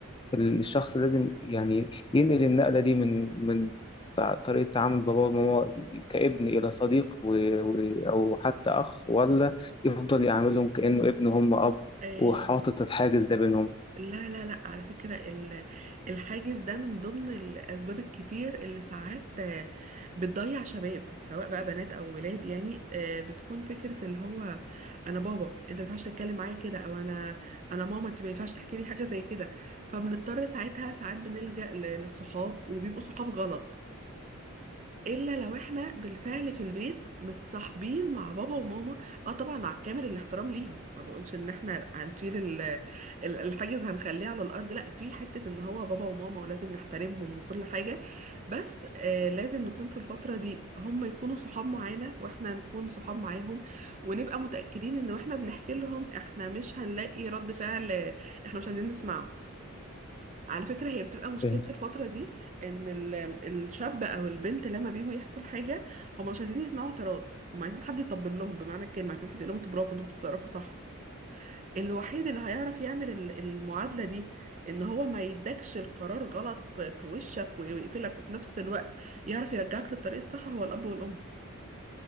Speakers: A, on the left; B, on the right.
A: الشخص لازم يعني ينقل النقلة دي من من تع- طريقة تعامل بابا وماما كابن إلى صديق و... و... أو حتى أخ ولا يفضل يعاملهم كأنه ابن هم أب
B: آه،
A: وحاطط الحاجز ده بينهم
B: لا لا لا على فكرة ال- الحاجز ده من ضمن الأسباب الكتير اللي ساعات آه، بتضيع شباب سواء بقى بنات أو ولاد يعني آه، بتكون فكرة اللي هو أنا بابا أنت ما ينفعش تتكلم معايا كده أو أنا أنا ماما أنت ما ينفعش تحكي لي حاجة زي كده فبنضطر ساعتها ساعات بنلجأ ل- للصحاب وبيبقوا صحاب غلط الا لو احنا بالفعل في البيت متصاحبين مع بابا وماما اه طبعا مع كامل الاحترام ليهم ما بقولش ان احنا هنشيل ال- ال- الحاجز هنخليه على الارض لا في حتة ان هو بابا وماما ولازم نحترمهم وكل حاجة بس آه لازم نكون في الفترة دي هم يكونوا صحاب معانا واحنا نكون صحاب معاهم ونبقى متأكدين ان احنا بنحكي لهم احنا مش هنلاقي رد فعل آه، احنا مش عايزين نسمعه على فكرة هي بتبقى مشكلة
A: فهمت
B: الفترة دي ان ال- الشاب او البنت لما بيجوا يحكوا الحاجة هم مش عايزين يسمعوا اعتراض هم عايزين حد يطبل لهم بمعنى الكلمة عايزين حد يقول لهم انتوا برافو انتوا بتتصرفوا صح الوحيد اللي هيعرف يعمل ال- المعادلة دي ان هو ما يدكش القرار غلط في في وشك ويقفلك وفي نفس الوقت يعرف يرجعك للطريق الصح هو الاب والام